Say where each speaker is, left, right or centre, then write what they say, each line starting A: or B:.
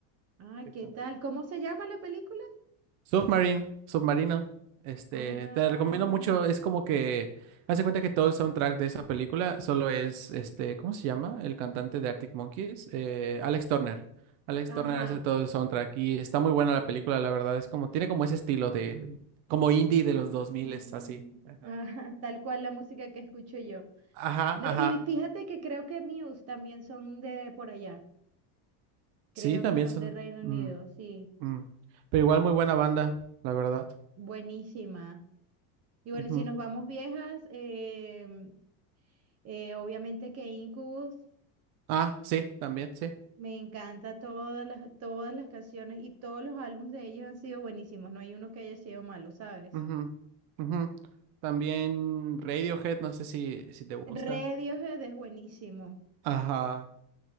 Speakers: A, on the right; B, on the right.
A: Ah,
B: Sé
A: ¿qué
B: que son
A: tal?
B: de allá.
A: ¿Cómo se llama la película?
B: Submarine, Submarino. Este,
A: Ah,
B: te recomiendo mucho. Es como que, haz de cuenta que todo el soundtrack de esa película solo es, este, ¿cómo se llama? El cantante de Arctic Monkeys, eh, Alex Turner. Alex
A: ajá.
B: Turner hace todo el soundtrack y está muy buena la película, la verdad. Es como, tiene como ese estilo de, como indie de
A: Ah,
B: los 2000, es así. Ajá,
A: ajá, tal cual la música que escucho yo.
B: ajá.
A: No,
B: ajá.
A: y fíjate que creo que Muse también son de por allá. Creo
B: Sí, también
A: que son
B: son,
A: de Reino
B: mm,
A: Unido, sí.
B: mm. Pero igual muy buena banda, la verdad.
A: Buenísima. Y bueno,
B: Ujú.
A: y si nos vamos viejas, eh, eh, obviamente que Incubus,
B: Ah, sí, también, sí.
A: me encanta todas las, todas las canciones y todos los álbumes de ellos han sido buenísimos. No hay uno que haya sido malo, ¿sabes?
B: Ujú, ujú. También Radiohead, no sé si, si te gusta.
A: Radiohead es buenísimo,
B: Ajá,